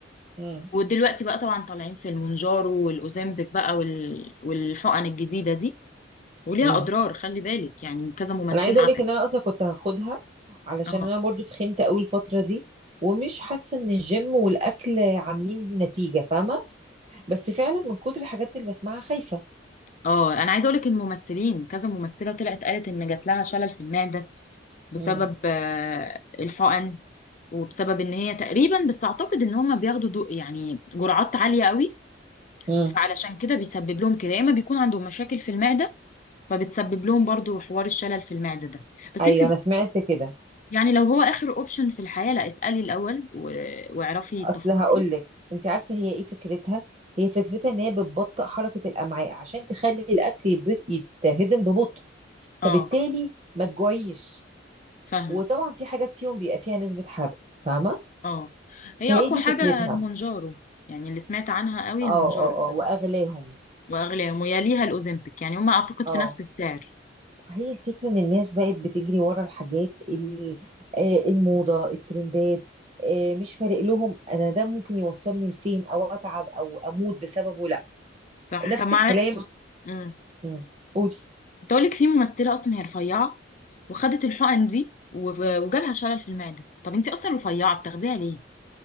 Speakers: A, on the right; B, on the left.
A: امم
B: ودلوقتي بقى طبعا طالعين في المونجارو والاوزempic بقى وال... والحقن الجديدة دي وليها
A: امم
B: اضرار خلي بالك يعني كذا ممثلة
A: انا عايزه اقول
B: عملت
A: لك ان انا اصلا كنت هاخدها علشان
B: اه
A: انا برضو تخنت قوي الفتره دي ومش حاسه ان الجيم والاكل عاملين نتيجه فاهمه بس فعلا من كتر الحاجات اللي بسمعها خايفه
B: اه انا عايزه اقول لك الممثلين كذا ممثله طلعت قالت ان جات لها شلل في المعده بسبب
A: امم
B: آه، الحقن وبسبب ان هي تقريبا بس اعتقد ان هم بياخدوا دو يعني جرعات عاليه قوي
A: امم
B: فعلشان كده بيسبب لهم كده يا اما بيكون عندهم مشاكل في المعده فبتسبب لهم برضو حوار الشلل في المعده ده بس
A: ايوه
B: انت
A: انا سمعت كده
B: يعني لو هو اخر اوبشن في الحياه لا اسالي الاول و... واعرفي
A: اصل
B: التفاصيل
A: هقول لك انت عارفه هي ايه فكرتها هي فكرتها ان هي بتبطئ حركه الامعاء عشان تخلي الاكل يب- يتهضم ببطء فبالتالي
B: اه
A: ما تجوعيش
B: فاهمه
A: وطبعا في حاجات فيهم بيبقى فيها نسبه حرق فاهمه
B: اه هي
A: فهي
B: اقوى
A: دي
B: حاجه
A: فكرتها
B: المونجارو يعني اللي سمعت عنها قوي
A: اه
B: المونجارو
A: اه اه واغلاهم
B: واغلى ويليها الاوزمبيك يعني هم اعتقد
A: اه
B: في نفس السعر
A: هي الفكره ان الناس بقت بتجري ورا الحاجات اللي آه، الموضه الترندات آه، مش فارق لهم انا ده ممكن يوصلني لفين او اتعب او اموت بسببه لا
B: صح
A: نفس
B: طب مع
A: الكلام
B: امم
A: مم. قولي
B: كنت اقول لك في ممثله اصلا هي رفيعه وخدت الحقن دي و- وجالها شلل في المعدة طب انت اصلا رفيعة بتاخديها ليه